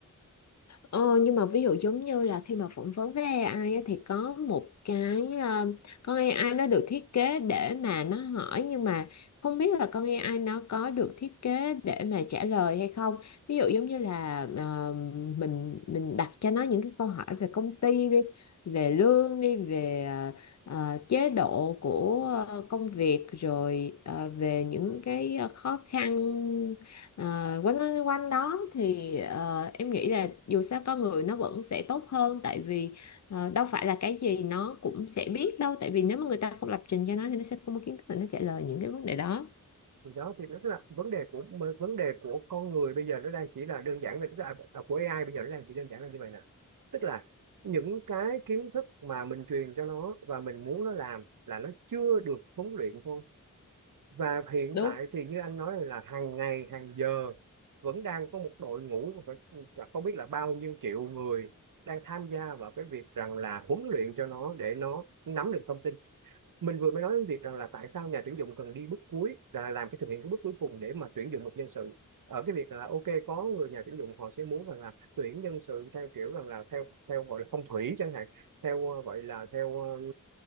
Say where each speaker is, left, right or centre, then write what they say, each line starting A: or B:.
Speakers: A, on the left (about 55°); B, on the right (about 75°).
A: Ờ, nhưng mà ví dụ giống như là khi mà phỏng vấn với AI á, thì có một cái ờ, con AI nó được thiết kế để mà nó hỏi nhưng mà không biết là con AI nó có được thiết kế để mà trả lời hay không. Ví dụ giống như là ờ, mình mình đặt cho nó những cái câu hỏi về công ty đi, về lương đi, về ờ, ờ, chế độ của ờ, công việc rồi ờ, về những cái ờ, khó khăn Ờ, quanh quanh quanh đó thì ờ, em nghĩ là dù sao con người nó vẫn sẽ tốt hơn tại vì ờ, đâu phải là cái gì nó cũng sẽ biết đâu tại vì nếu mà người ta không lập trình cho nó thì nó sẽ không có kiến thức để nó trả lời những cái vấn đề đó
B: thì đó thì nó là vấn đề của vấn đề của con người bây giờ nó đang chỉ là đơn giản về tức là à, của AI bây giờ nó đang chỉ đơn giản là như vậy nè tức là những cái kiến thức mà mình truyền cho nó và mình muốn nó làm là nó chưa được huấn luyện thôi và hiện
A: đúng
B: tại thì như anh nói là hàng ngày hàng giờ vẫn đang có một đội ngũ phải cả không biết là bao nhiêu triệu người đang tham gia vào cái việc rằng là huấn luyện cho nó để nó nắm được thông tin mình vừa mới nói đến việc rằng là tại sao nhà tuyển dụng cần đi bước cuối là làm cái thực hiện cái bước cuối cùng để mà tuyển dụng một nhân sự ở cái việc là ok có người nhà tuyển dụng họ sẽ muốn rằng là tuyển nhân sự theo kiểu rằng là theo theo gọi là phong thủy chẳng hạn theo ờ, gọi là theo ờ,